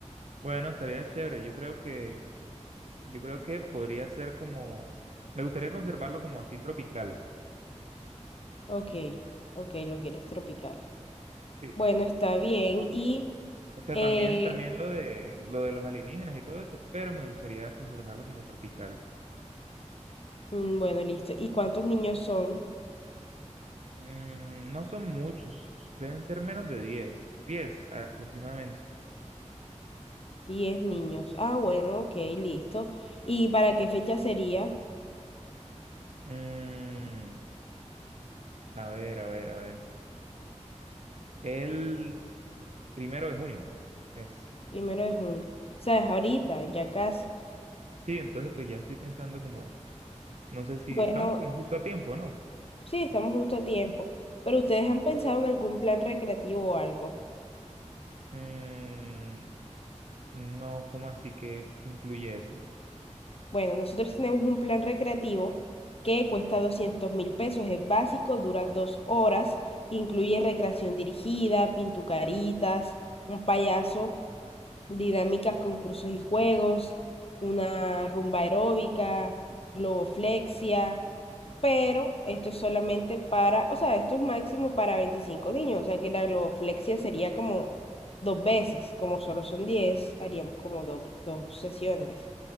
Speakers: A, on the right; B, on the left.
A: Bueno, estaría chévere. Yo creo que Yo creo que podría ser como, me gustaría conservarlo como así tropical,
B: Ok, ok, lo quieres tropical.
A: sí.
B: Bueno, está bien. Y,
A: O sea,
B: eh,
A: también, también lo de, lo de los alienígenas y todo eso, pero me gustaría conservarlo como tropical.
B: mm, bueno, listo. ¿Y cuántos niños son?
A: Mm, no son muchos, deben ser menos de diez diez aproximadamente.
B: Diez niños. Ah, bueno, ok, listo. ¿Y para qué fecha sería?
A: Mm, a ver, a ver, a ver. El primero de junio es.
B: Primero de junio. O sea, es ahorita, ya casi.
A: Sí, entonces pues ya estoy pensando como, no sé si
B: Bueno,
A: estamos como justo a tiempo, ¿no?
B: sí, estamos justo a tiempo. Pero ¿ustedes han pensado en algún plan recreativo o algo?
A: Mm, no, ¿cómo así que que incluye eso?
B: Bueno, nosotros tenemos un plan recreativo que cuesta doscientos mil pesos, es básico, dura dos horas, incluye recreación dirigida, pintucaritas, un payaso, dinámicas, concursos y juegos, una rumba aeróbica, globoflexia, pero esto es solamente para, o sea, esto es máximo para 25 niños, o sea que la globoflexia sería como dos veces, como solo son 10 haríamos como do- dos sesiones.